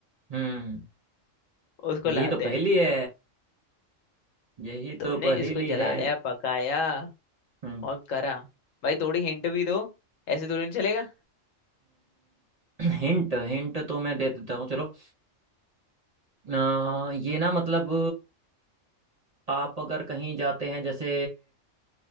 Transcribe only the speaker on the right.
हम्म,
यही
तो पहेली
है यही तो
पहेली
है
हम्म
हिंट हिंट <clears throat> तो मैं दे देता हूँ चलो अ, ये ना मतलब आप अगर कहीं जाते हैं जैसे